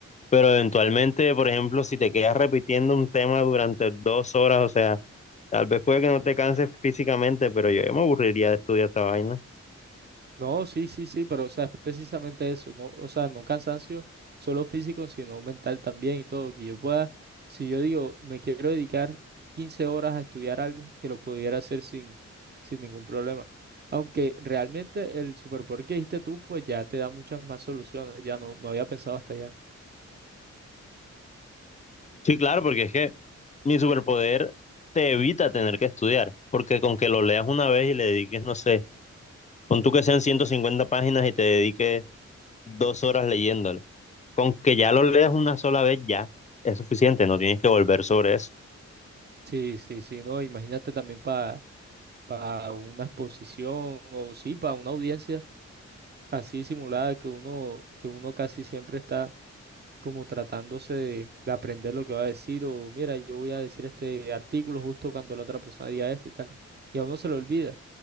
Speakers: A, on the left; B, on the right.
A: pero eventualmente, por ejemplo, si te quedas repitiendo un tema durante dos horas, o sea, tal vez puede que no te canses físicamente, pero yo, yo me aburriría de estudiar esa vaina.
B: No, sí, sí, sí, pero o sea, es precisamente eso, no, o sea, no cansancio solo físico, sino mental también y todo, que yo pueda, si yo digo, me quiero dedicar 15 horas a estudiar algo, que lo pudiera hacer sin, sin ningún problema. Aunque realmente el superpoder que dijiste tú, pues ya te da muchas más soluciones, ya no, no había pensado hasta allá.
A: Sí, claro, porque es que mi superpoder te evita tener que estudiar, porque con que lo leas una vez y le dediques, no sé Pon tú que sean 150 páginas y te dediques dos horas leyéndolo. Con que ya lo leas una sola vez, ya es suficiente, no tienes que volver sobre eso.
B: Sí, sí, sí, no, imagínate también para una exposición o sí, para una audiencia así simulada que uno, que uno casi siempre está como tratándose de, de aprender lo que va a decir o mira, yo voy a decir este artículo justo cuando la otra persona diga esto y tal. Y a uno se lo olvida,